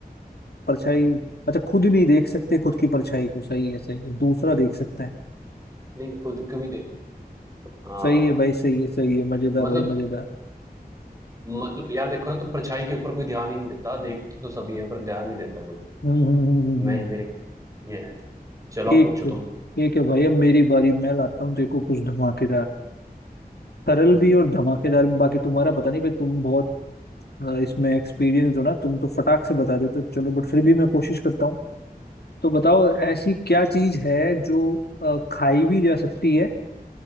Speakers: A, on the left; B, on the right.
A: परछाई अच्छा खुद नहीं देख सकते खुद की परछाई को सही है सही है दूसरा देख सकता है
B: नहीं खुद को भी देख हाँ
A: सही है भाई सही है सही है मजेदार
B: मतलब
A: भाई मजेदार
B: मतलब यार देखो ना तो परछाई के ऊपर कोई ध्यान ही नहीं देता देखते तो सभी हैं पर ध्यान नहीं देता कोई
A: हम्म हम्म हम्म हम्म,
B: मैं
A: हम्म।
B: मेरे ये है चलो
A: ठीक
B: आप पूछो
A: ठीक
B: तुम
A: है भाई अब मेरी बारी मैं लाता हूँ देखो कुछ धमाकेदार सरल
B: हम्म।
A: भी और धमाकेदार भी बाकी तुम्हारा पता नहीं भाई तुम बहुत अ, इसमें एक्सपीरियंस हो ना तुम तो फटाक से बता देते हो चलो बट फिर भी मैं कोशिश करता हूँ तो बताओ ऐसी क्या चीज है जो अ, खाई भी जा सकती है